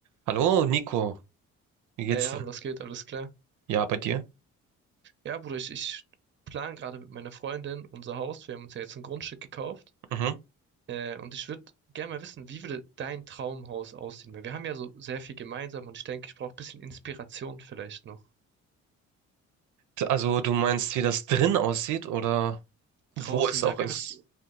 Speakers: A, on the right; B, on the right.
A: Hallo, Nico. Wie geht's
B: Hey Jan,
A: dir?
B: was geht? Alles klar?
A: Ja, bei dir?
B: Ja, Bruder, ich, ich plane gerade mit meiner Freundin unser Haus. Wir haben uns ja jetzt ein Grundstück gekauft.
A: Mhm.
B: Äh, und ich würde gerne mal wissen, wie würde dein Traumhaus aussehen? Weil wir haben ja so sehr viel gemeinsam und ich denke, ich brauche ein bisschen Inspiration vielleicht noch.
A: D- Also, du meinst, wie das drin aussieht oder wo
B: Draußen,
A: es
B: sag
A: auch ist?
B: einfach,